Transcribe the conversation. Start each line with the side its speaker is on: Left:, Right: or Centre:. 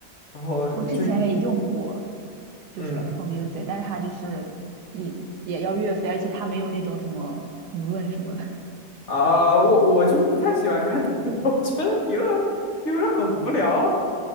Left: 然后就
Right: 我之前也用过，就是
Left: 嗯
Right: Apple Music，但是它就是也也要月费，而且它没有那种什么评论什么的，<laughs>
Left: 啊、我我就不太喜欢看评论，<laughs> 我觉得评论有时候很无聊